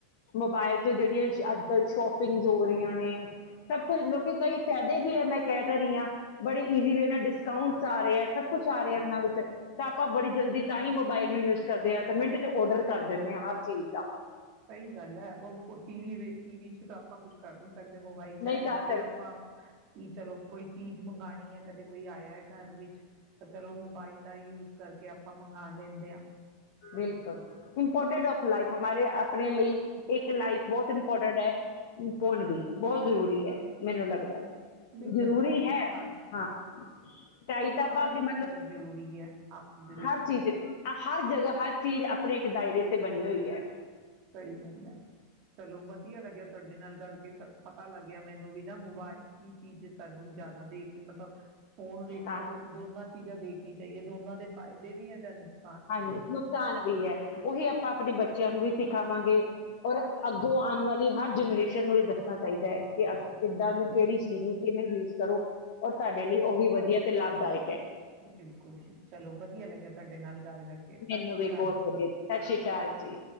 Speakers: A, on the left; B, on the right.
A: ਮੋਬਾਇਲ ਤੋਂ ਜਿਹੜੀਆਂ ਅੱਜ ਕੱਲ੍ਹ ਸ਼ੋਪਿੰਗਸ ਹੋ ਰਹੀਆਂ ਨੇ। ਸਭ ਕੁਛ ਲੋਕੀ ਕਈ ਫਾਇਦੇ ਵੀ ਏ ਮੈਂ ਕਹਿ ਤਾਂ ਰਹੀ ਹਾਂ ਬੜੇ ਈਜ਼ੀ ਵੇ ਨਾਲ ਡਿਸਕਾਊਂਟ ਆ ਰਹੇ ਏ, ਸਭ ਕੁਛ ਆ ਰੇ ਏ, ਏਹਨਾਂ ਵਿੱਚ ਤਾਂ ਆਪਾਂ ਬੜੀ। ਜਲਦੀ ਟਾਈਮ ਮੋਬਾਈਲ ਨੂੰ ਯੂਜ ਕਰਦੇ ਆ ਤੇ ਮਿੰਟ ਚ ਔਰਡਰ ਕਰ ਦਿੰਦੇ ਆ ਹਰ ਚੀਜ਼ ਦਾ
B: ਸਹੀ ਗੱਲ ਐ, ਉਹ ਫ ਟੀ ਵੀ ਵ ਟੀਵੀ ਚ ਸ਼ ਕੁਛ ਕਰ ਨੀ ਸ ਸਾਡੇ ਮੋਬਾਈਲ ਚ
A: ਨਹੀਂ
B: ਆਏ
A: ਕਰ
B: ਕਿ
A: ਸਕਦੇ
B: ਆਪਾਂ ਕਿ ਚਲੋ ਕੋਈ ਚੀਜ਼ ਮੰਗਾਣੀ ਨਈ ਆ, ਕਦੇ ਕੋਈ ਆਇਆ ਘਰ ਵੀ ਪਰ ਚਲੋ ਮੋਬਾਇਲ ਦਾ ਯੂਜ਼ ਕਰਕੇ ਆਪਾਂ ਮੰਗਾ ਲੈਂਦੇ ਆ।
A: ਬਿਲਕੁਲ ਇੰਪੋਰਟਡ ਔਫ ਲਾਈਫ, ਹਮਾਰੇ ਅ ਆਪਣੇ ਲਈ ਇੱਕ ਲਾਈਕ ਬਹੁਤ ਇੰਪੋਰਟੈਟ ਐ, ਫੋਨ ਵੀ। ਬਹੁਤ ਜਰੂਰੀ ਐ। ਮੈਨੂੰ ਲੱਗਦਾ ਐ,
B: ਨਹੀਂ
A: ਜਰੂਰੀ
B: ਵਧੀਆ
A: ਹੈ।
B: ਸਾ
A: ਹਾਂ, ਤਾਹੀ
B: ਦੇਖੋ
A: ਤਾਂ ਆਪਾਂ
B: ਸਾਰੀ
A: ਅੱਗੇ ਮਲ
B: ਚੀਜ਼ ਜ਼ਰੂਰੀ ਹੈ ਆਪ ਦੇ ਲਈ
A: ਹਰ ਚੀਜ਼ ਜੇੜੀ ਆ ਹਰ ਜਗ੍ਹਾ, ਹਰ ਚੀਜ਼ ਆਪਣੇ ਇੱਕ ਦਾਇਰੇ ਤੇ ਬਣੀ ਹੋਈ ਐ।
B: ਸਹੀ ਗੱਲ ਐ। ਚਲੋ ਵਧੀਆ ਲੱਗਿਆ ਤੁਆਡੇ ਨਾਲ ਗਰਕੇ ਸਰ ਪਤਾ ਲੱਗ ਗਿਆ। ਮੈਨੂੰ ਵੀ ਅ ਮੋਬਾਈਲ ਕੀ ਚੀਜ਼, ਸਾਨੂੰ ਜਿਆਦਾ ਦੇਖ ਕੇ, ਮਤਲਬ ਫੋਨ ਦੇਖੋ
A: ਹਾਂ
B: ਦੋਨਾਂ ਚ ਚੀਜ਼ਾਂ ਦੇਖਨੀ ਚਾਹੀਏ। ਦੋਨਾਂ ਦੇ ਫਾਇਦੇ ਵੀ ਆ ਤੇ ਨੁਕਸਾ
A: ਹਾਂ, ਨੁਕਸਾਨ ਵੀ ਐ। ਉਹੀ ਆਪਾਂ ਆਪਣੇ ਬੱਚਿਆਂ ਨੂੰ ਵੀ ਸਿ ਪਾਵਾਂਗੇ ਪਰ ਅੱਗੋਂ ਆਣ ਵਾਲੀ ਹਰ ਜਨਰੇਸ਼ਨ ਨੂੰ ਇਹ ਦੱਸਣਾ ਚਾਈਦਾ ਐ ਕਿ ਅ ਕਿੱਦਾਂ ਓਨੂੰ, ਕਿਹੜੀ ਚੀਜ਼ ਨੂੰ, ਕਿਵੇਂ ਯੂਜ਼ ਕਰੋ ਉਹ ਤੁਹਾਡੇ ਲਈ ਓਹ ਵੀ ਵਧੀਆ ਤੇ ਲਾਭਦਾਇਕ ਐ।
B: ਬਿਲਕੁਲ ਜੀ ਚਲੋ ਵਧੀਆ ਲੱਗਿਆ ਤੁਹਾਡੇ ਨਾਲ ਗੱਲ ਕਰਕੇ ਸਤਿ
A: ਮੈਨੂੰ
B: ਸ੍ਰੀ
A: ਵੀ
B: ਅਕਾਲ
A: ਬਹੁਤ
B: ਜੀ।
A: ਵਧਿਯਾ ਸਤਿ ਸ਼੍ਰੀ ਅਕਾਲ ਜੀ